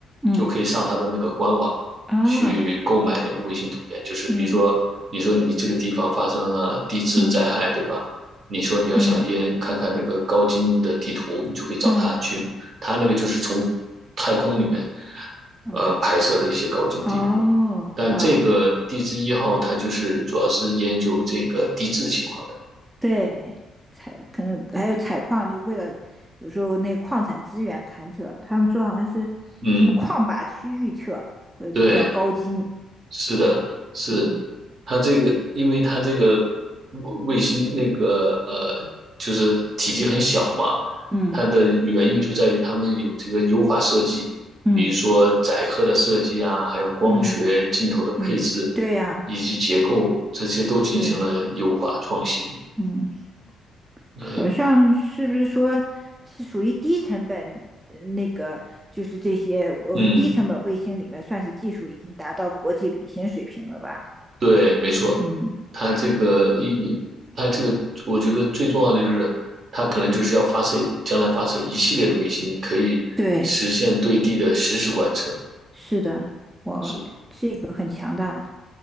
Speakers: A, on the right; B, on the right.
A: 嗯
B: 就可以上它的那个官网去购买那个卫星图片。
A: 啊，
B: 就是比如说，
A: 嗯
B: 你说你这个地方发生了地质灾害，
A: 嗯
B: 对吧？你说你要想也看看那个高精的地图，
A: 嗯
B: 你就可以找它去，
A: 嗯
B: 它那个就是从太空里面
A: 嗯，
B: 呃拍摄的一些高精地图。
A: 哦，
B: 但这个地质一号它就是主要是研究这个地质情况的。
A: 哇对，采可能还有采矿，就为了有时候那个矿产资源勘测，他们说好像是什么矿靶区域测会比较高精。
B: 嗯，对，是的，是它这个，
A: 嗯
B: 因为它这个卫星那个呃，就是体积很小嘛，
A: 嗯
B: 它的原因就在于他们有这个优化设计，
A: 嗯
B: 比如说载荷的设计啊，还有光学镜头的配置
A: 嗯嗯，对呀、
B: 以及结构，这些都进行了优化创新。
A: 是，嗯，
B: 对，
A: 好像是不是说是属于低成本？呃那个就是这些，我低成本卫星里面算是技术已经达到国际领先水平了吧？
B: 嗯。对，没错，
A: 嗯，
B: 他这个一一，他这个，我觉得最重要的就是，他可能就是要发射，将来发射一系列的卫星，可以实现对地的实时观测。
A: 对，是的，我这个很强大。
B: 是，